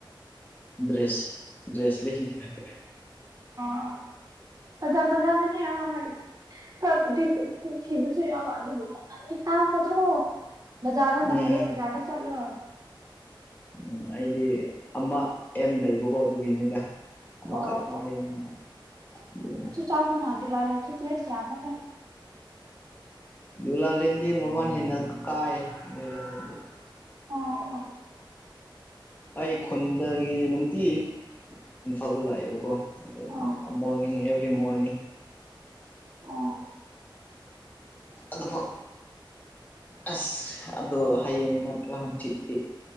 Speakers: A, on the left; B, on the right.
A: ꯗ꯭ꯔꯦꯁ ꯗ꯭ꯔꯦꯁ ꯂꯩꯅꯤꯡꯉꯥꯢ
B: ꯑꯣ ꯐꯖ ꯐꯖꯕꯅꯦ ꯍꯣꯏ ꯈꯔꯥꯕꯨꯗꯤ ꯑꯗꯨꯝ ꯊꯤꯕꯁꯨ ꯌꯥꯎꯏ ꯑꯗꯨꯕꯨ ꯄꯥꯡꯒꯟꯗꯤ ꯇꯥꯕꯗꯣ ꯕꯖꯥꯔꯗꯥꯅ
A: ꯎꯝ
B: ꯐꯩꯌꯦ ꯕꯖꯥꯔꯗꯥ ꯆꯠꯂꯣ
A: ꯎꯝ ꯑꯩꯗꯤ ꯑꯃ ꯑꯦꯝ ꯂꯩꯕꯀꯣ ꯑꯗꯨꯒꯤꯅꯤꯗ ꯑꯃ
B: ꯑꯣ
A: ꯈꯛꯇꯪ ꯂꯩꯅꯤꯡꯉꯦ ꯑꯗꯨ
B: ꯆꯪꯒꯨꯅꯥ ꯗꯨꯂꯥꯂꯦꯟꯁꯨ ꯗ꯭ꯔꯦꯁ ꯌꯥꯝꯕꯅꯦ
A: ꯂꯂ ꯂꯗꯤ ꯃꯃ ꯍꯦꯅ ꯀꯥꯏ ꯂ ꯂꯗꯤ
B: ꯑꯣ
A: ꯑꯩ ꯈꯨꯟꯗꯒꯤ ꯅꯨꯡꯇꯤ ꯏꯝꯐꯥꯜꯗ ꯂꯥꯛꯑꯦꯕꯀꯣ ꯑꯗꯨ
B: ꯑꯣ
A: ꯃꯣꯔꯅꯤꯡ ꯑꯦꯕ꯭ꯔꯤ ꯃꯣꯔꯅꯤꯡ
B: ꯑꯣ
A: ꯑꯗꯨ ꯑꯁ ꯑꯗꯣ ꯍꯌꯦꯡ ꯅꯠꯇ꯭ꯔꯣ ꯍꯪꯆꯤꯠꯇꯤ